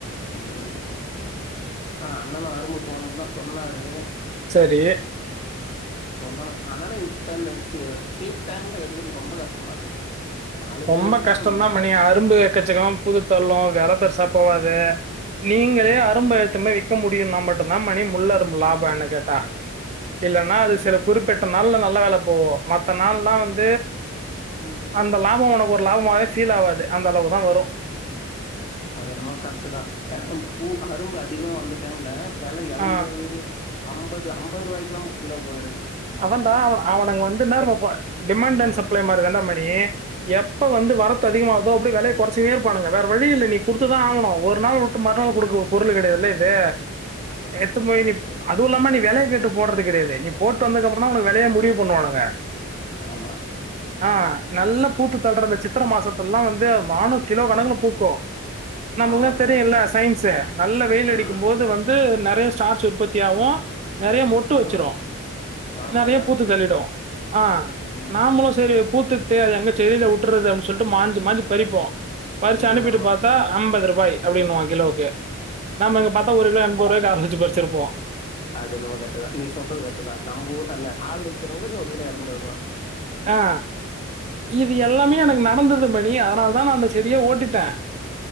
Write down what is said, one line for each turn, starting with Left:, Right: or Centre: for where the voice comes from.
Left: ம் அண்ணனு அரும்பு போணுனு தா சொன்னாரு
Right: செரி
Left: சொல்லணு ஆனாலு இப்ப இந்த பீக் டைம்ல எடுக்குறது ரொம்ப கஷ்டமா இருக்குடா நாலு பேர்
Right: ரொம்ப
Left: எடுத்தாலு
Right: கஷ்டோதா மணி அரும்பு எக்கச்சக்கமாபூத்து தள்ளு வெல பெருசா போவாது நீங்களே
Left: ம்
Right: அரும்ப ஏட்துனு போய் முடியுனா மட்டு தா மணி முள்ளரும்பு லாபோ என்ன கேட்டா இல்லன்னா
Left: அப்டி
Right: அது சில குறிப்பிட் நாள்ல நல்ல வெல போவு மத்த நாள்ல்லா வந்
Left: ம்
Right: அந்த நாள் உனக்கு ஒரு லாபமாவே பீல் ஆவாது அந்த அளவு தான் வரு
Left: அது என்னமா கரெக்ட்தா எனக்கு பூ அரும்பு அதிகமா வந்த டைம்ல வெல என்பது
Right: ஆ
Left: அம்பது அம்பது ரூவாய்க்ல்லா கிலோ பொயிருக்கு
Right: அதான்டா அவ அவனுங்க வந்து என்னாற்றா டிமாண்ட் அண்ட்
Left: ஆ
Right: சப்ளை மாரிதாண்டா மணி எப்ப
Left: ம்
Right: வந்து வரத்து அதிக ஆவுதோ அப்டிய வெலைய குறைச்சுனே இருப்பானுங்க வேற வழி இல்ல நீ குடுத்துதா
Left: ம்
Right: ஆவனு ஒரு நாள் வுட் ட்ரு மறுநாள் குடுக்கு பொருள் கெடையாதுல்ல இது
Left: ம்
Right: எட்த்துனு போய்
Left: கரெக்ட்
Right: நீ அது இல்லாம நீ வெலையை கேட்டு போட்றது கெடையது நீ போட்டு வந்ததுக்கு அப்றோதா உனக்கு விளைய முடிவு பண்ணுவானுங்க
Left: ஆமா
Right: அ நல்ல பூத்து ந்த சித்ர மாசத்துலல்லாம் வந்து மானு கிலோ கணக்கு பூக்கு நமளுக்ல்லாம்
Left: ஆமா
Right: தெரியுல
Left: கரெக்ட்
Right: சயின்ஸ நல்ல வெயில் அடிக்கும்
Left: ம்
Right: போது வந்து நறைய ஸ்டார்ச் உற்பத்தி ஆவு நெறைய மொட்டு வச்சிரு
Left: ஆமா ஆமா
Right: நறையவே
Left: கரெக்ட்
Right: பூத்து தள்ளிடு அ
Left: ம்
Right: நாமளு சரி பூத்துர்தே எங்க செடில வுட்டற்துசொல்ட்டு மாஞ்சி மாஞ்சி பறிப்போ பறிச்சு
Left: ம்
Right: அனுப்பிட்டு
Left: ஆமா
Right: பாத்தா அம்பது ரூபாய் அப்டின்னுவா கிலோவுக்கு நாம்ம இங்க பாத்தா ஒரு கிலோ எண்பது ரூபாய் ஆள் வச்சு பறிச்சிருப்போ
Left: அது என்மோ கரெக்ட்டுதா நீ சொல்றது கர்ட்டுதா நம்ப அந்த ஆள் வைக்கிறவங்ளுக்கு ஒரு கிலோ எண்பது ருவா
Right: அ இது எல்லாமே எனக்கு நடந்துது மணி அதனாலதா நான் அந்த செடியை ஓட்டிட்டே